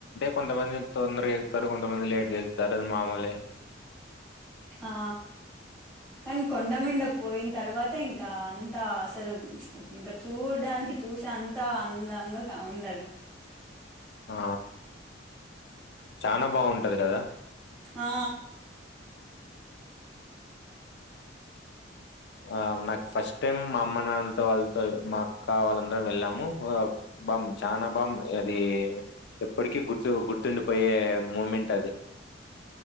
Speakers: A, on the left; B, in the centre.
A: కొంతమంది తందరగా వెళ్తారు కొంతమంది లేట్ళ్తే <unintelligible>
B: ఆ కానీ కొండ మీంద పోయిన తర్వాత ఇంకా అంత అసలు ఇంకా చూడడానికి చూసే అంత అందంగా ఉంది అది
A: ఆ చానా బాగుంటా ఉంటది కదా
B: ఆ
A: ఆ నాకు ఫస్ట్ టైం మా అమ్మ నాన్నలతో వాళ్ళతో మా అక్క వాళ్ళందర వెళ్ళాము బామ్ చాలా బా అది ఎప్పటికీ గుర్తు గుర్తుండిపోయే మూమెంట్ అది.